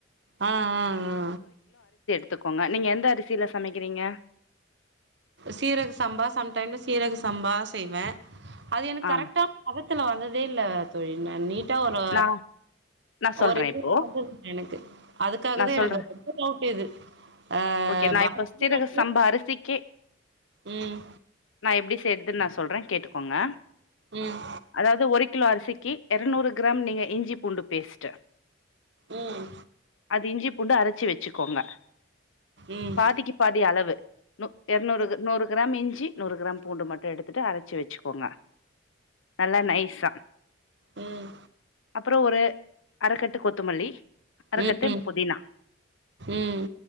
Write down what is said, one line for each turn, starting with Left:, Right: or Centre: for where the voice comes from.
Right: ஆ ஆ ஆ
Left: த்துக்கோங்க நீங்க எந்த அரிசியில சமைக்கிறீங்க
Right: சீரக சம்பா சம்டைம்ல சீரக சம்பா செய்வே அது எனக்கு
Left: ஆ
Right: கரெட்கா அத துல வந்ததே இல்ல தொழி ந நீட் ஒரு
Left: நா நா சொல்றே
Right: ஒரு
Left: இப்போ
Right: <inaudible> எனக்கு அதுக்காகாவே
Left: நா சொல்றே
Right: எனக்கு இது ஆ
Left: ஓகே நா
Right: பாஸ்மதி
Left: இப்ப சீரக
Right: ரைஸ்ல
Left: சம்பா அரிசிக்கு
Right: ம்
Left: நா எப்டி செய்றது நா சொல்றே கேட்டுக்கோங்க
Right: ம்
Left: அதாவது ஒரு கிலோ அரிசிக்கு எரநூறு கிராம் நீங்கள் இஞ்சி பூண்டு பேஸ்ட்டு
Right: ம்
Left: அது இஞ்சி பூண்டு அர ஞ்சு வச்சுக்கோங்க
Right: ம்
Left: பாதிக்கு பாதி அளவு இருநூறு கிர நூறு கிராம் இஞ்ச் ஞ்சி நூறு கிராம் பூண்டு மட்டும் எடுத்துட்டு அரைச்சு வச்சுக்கோங்க நல்லா நைஸா
Right: ம்
Left: அப்றம் ஒரு அறக்கட்டு கொத்தமல்லி அறக்கட்டு
Right: ம் ம்
Left: புதினா
Right: ம்